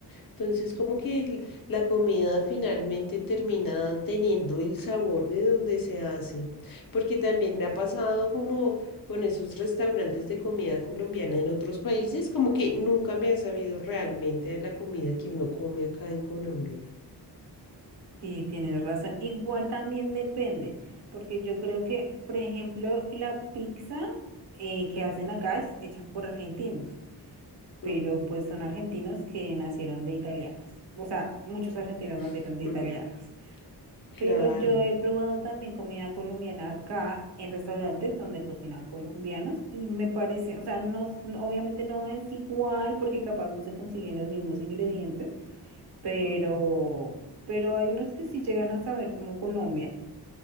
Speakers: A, on the left (about 55°); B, on the right (about 75°).
A: Entonces, como que el- la comida finalmente termina teniendo el sabor de donde se hace. Porque también me ha pasado como con esos restaurantes de comida colombiana en otros países, como que nunca me ha sabido realmente a la comida que uno come acá en Colombia.
B: Sí, tienes razón. Igual también depende, porque yo creo que, por ejemplo, la pizza eh, que hacen acá es hecha por argentinos, pero
A: Ujú,
B: pues son argentinos que nacieron de italianos. O sea, muchos argentinos
A: <laughs>
B: nacieron de italianos.
A: Claro.
B: Pero yo he probado también comida colombiana acá en restaurantes donde cocinan colombianos y me parece, o sea, no, s- no- obviamente no es igual porque capaz no se consiguen los mismos ingredientes pero,
A: ujú.
B: pero hay unos que sí llegan a saber como Colombia.